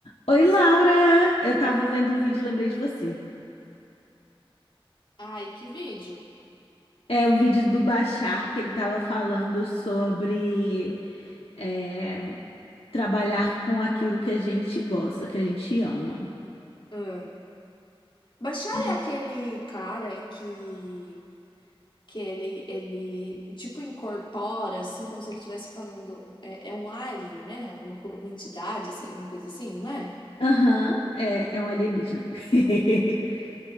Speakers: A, on the left (about 80°); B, on the left (about 55°).
A: Oi, Laura! Eu tava
B: Foi.
A: vendo um vídeo e lembrei de você.
B: Ai, que vídeo.
A: É o vídeo do Bashar, que ele tava falando sobre é, trabalhar com aquilo que a gente gosta, que a gente ama.
B: Ah. Bashar
A: E-
B: é aquele cara que que ele ele tipo incorpora assim como se ele estivesse falando é, é um alien, né? Alguma co- uma entidade assim, alguma coisa assim, não é?
A: Aham, é, é um alienígena. <laughs>